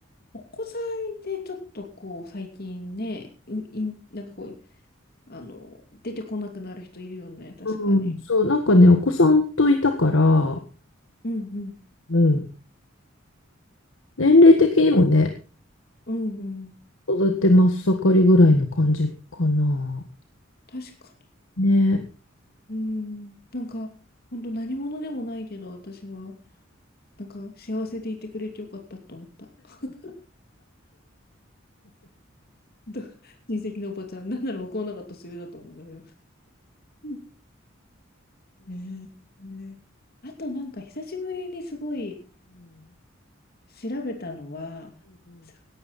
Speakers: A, on the left; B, on the left.
A: お子さんでちょっとこう、最近ね、ういん、なんかこう、あの、出てこなくなる人いるよね、確かに。
B: うん、そう、なんかね、お子さんといたから、
A: うんうん。
B: うん。年齢的にもね、
A: うんうん。
B: 育て真っ盛りぐらいの感じかな。
A: 確かに。
B: ね。ね
A: うん。なんか、本当何者でもないけど、私は、なんか、幸せでいてくれてよかったと思った。<laughs> ど親戚のおばちゃん、なんなら向こうの方が年上だと思うんだけど。うんねえ。ねえあと、なんか、久しぶりにすごい調べたのは、坂